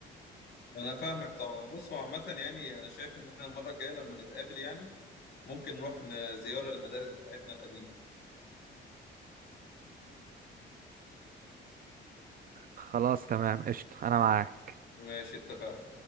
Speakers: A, on the left; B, on the right.
A: انا فاهمك طبعا بص هو عامه يعني انا شايف ان احنا المره الجايه لما نتقابل يعني ممكن نروح ن- زياره للمدارس بتاعتنا القديمه
B: خلاص تمام قشطه انا معاك
A: ماشي اتفقنا